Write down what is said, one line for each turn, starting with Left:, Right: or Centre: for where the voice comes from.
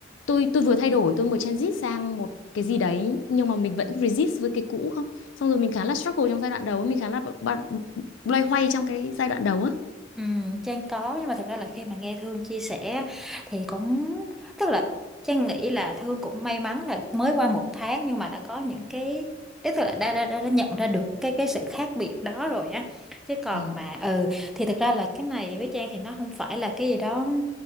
Left: tôi tôi vừa thay đổi tôi vừa transit sang một cái gì đấy nhưng mà mình vẫn resist với cái cũ không xong rồi mình khá là struggle trong giai đoạn đầu mình khá là b- b- loay hoay trong cái giai đoạn đầu á
Centre: Ừ, Trang có nhưng mà thật ra là khi mà nghe Thương chia sẻ á, thì cũng tức là Trang nghĩ là Thương cũng may mắn là mới qua một tháng nhưng mà đã có những cái tức là đã, đã, đã, đã nhận ra được cái cái sự khác biệt đó rồi á chứ còn
Left: Ừ.
Centre: mà ừ thì thật ra là cái này với Trang thì nó không phải là cái gì đó